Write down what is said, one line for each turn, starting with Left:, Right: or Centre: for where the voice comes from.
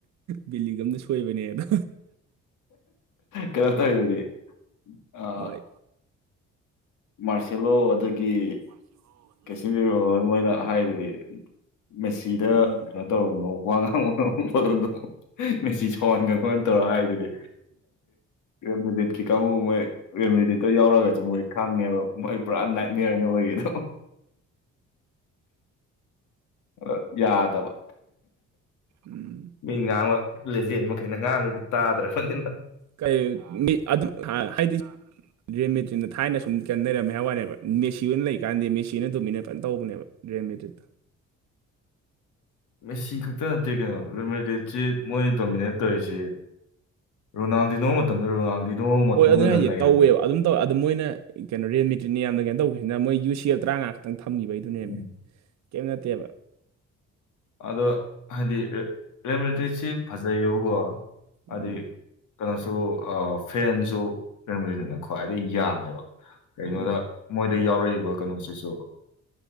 Right: ꯕꯤꯦꯂꯤꯒ ꯑꯃꯅ ꯁꯣꯏꯕꯅꯦ ꯑꯗ
Left: ꯀꯩꯅꯁ ꯑꯣꯏꯗꯤ ꯑ
Right: ꯍꯣꯏ
Left: ꯃꯥꯔꯁꯦꯂꯣ ꯑꯗꯒꯤ
Right: <inaudible>
Left: ꯀꯩꯁꯤꯟꯕꯤꯔꯣ ꯃꯣꯏꯅ ꯍꯥꯏꯗꯨꯗꯤ ꯃꯦꯁꯤꯗ
Right: ꯎꯝ
Left: ꯀꯩꯅꯣ ꯇꯧꯔꯨꯅꯣ ꯋꯥ ꯉꯥꯡꯕꯅꯣ ꯉꯁꯤ ꯁꯥꯎꯍꯟꯒꯅꯅ ꯇꯧꯔ ꯍꯥꯏꯗꯨꯗꯤ ꯔꯦꯃꯗꯤꯠꯀꯤ ꯀꯥꯡꯕꯨ ꯃꯣꯏ ꯔꯦꯃꯗꯤꯠꯇ ꯌꯥꯎꯔꯒꯁꯨ ꯃꯣꯏ ꯈꯪꯉꯦꯕ ꯃꯣꯏ ꯄꯨꯔꯥ ꯅꯥꯏꯠꯅꯤꯌꯔꯅꯤ ꯑꯣꯏꯒꯦꯗꯣ ꯑ ꯌꯥꯗꯕ
Right: ꯎꯝ
Left: ꯃꯤ ꯉꯥꯡꯕ ꯂꯦꯖꯦꯟ ꯃꯈꯩꯅ ꯉꯥꯡꯕꯩꯗꯨ ꯇꯥꯗ꯭ꯔꯦ ꯐꯠꯇꯅ
Right: ꯀꯩ ꯃꯤ ꯑ ꯍꯥꯏꯗꯤ <inaudible> ꯗ꯭ꯔꯦꯟ ꯃꯦꯆꯤꯟꯗ ꯊꯥꯏꯅ ꯁꯨꯝ ꯀꯟꯅꯩꯔꯝꯃꯦ ꯍꯥꯏ ꯋꯥꯅꯦꯕ ꯃꯦꯁꯤ ꯑꯣꯏꯅ ꯂꯩꯕꯀꯥꯟꯗꯤ ꯃꯦꯁꯤ ꯑꯣꯏꯅ ꯑꯗꯨꯃꯤꯅꯦꯠ ꯐꯖꯅ ꯇꯧꯕꯅꯦꯕ ꯔꯤꯌꯥꯏꯃꯦꯔꯤꯠ
Left: ꯃꯦꯁꯤ ꯈꯛꯇ ꯅꯠꯇꯦ ꯀꯩꯅꯣ ꯔꯦꯃꯦꯗꯤꯠꯁꯤ ꯃꯣꯏ ꯗꯣꯃꯤꯅꯦꯠ ꯇꯧꯔꯤꯁꯤ ꯔꯣꯅꯥꯜꯗꯤ ꯅꯣꯡꯧꯕ ꯃꯇꯝꯗ ꯔꯣꯅꯥꯜꯗꯤꯗꯨꯣ ꯑꯃꯨꯛ ꯃꯇꯣꯡꯗ
Right: ꯍꯣꯏ ꯑꯗꯨꯅ
Left: ꯅ
Right: ꯍꯥꯏꯁꯦ
Left: ꯅꯩꯔꯝꯃꯤ
Right: ꯇꯧꯋꯦꯕ ꯑꯗꯨꯝ ꯇꯧꯋꯦ ꯑꯗꯨ ꯃꯣꯏꯅ ꯀꯩꯅꯣ ꯔꯦꯃꯤꯦꯇ꯭ꯠ ꯌꯥꯝꯅ ꯀꯩꯅꯣ ꯇꯧꯈꯤꯕꯁꯤꯅ ꯃꯣꯏ ꯌꯨ ꯁꯤ ꯑꯦꯜ ꯇꯔꯥꯉꯥ ꯈꯤꯇꯪ ꯊꯝꯈꯤꯕꯒꯤꯗꯨꯅꯦꯃꯦ
Left: ꯎꯝ.
Right: ꯀꯩꯝ ꯅꯠꯇꯦꯕ
Left: ꯑꯗꯣ ꯍꯥꯏꯗꯤ ꯔꯦꯃꯦꯗꯤꯁꯤ ꯐꯖꯩꯌꯦꯕꯀꯣ ꯍꯥꯏꯗꯤ
Right: ꯎꯝ
Left: ꯀꯩꯅꯣꯁꯨ ꯐꯦꯟꯁꯨ ꯀꯩꯅꯣꯗꯅ ꯈ꯭ꯋꯥꯏꯗꯒꯤꯩ ꯌꯥꯝꯃꯦꯕ ꯀꯒꯤꯩꯅꯣꯗ
Right: ꯎꯝ
Left: ꯃꯣꯏꯗ ꯌꯥꯎꯔꯛꯏꯕ ꯀꯩꯅꯣꯁꯤꯁꯨ